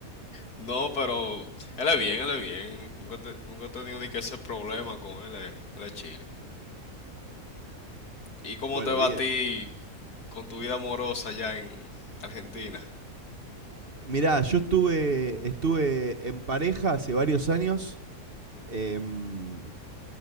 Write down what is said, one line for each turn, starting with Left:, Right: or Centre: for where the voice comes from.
Left: No, pero él es bien, él es bien. Nunca, te- nunca he tenido ni que ese problema con él, es- él es chilling. ¿Y cómo
Right: Bueno,
Left: te va
Right: bien.
Left: a ti con tu vida amorosa allá en Argentina?
Right: Mirá, yo estuve, estuve en pareja hace varios años. em,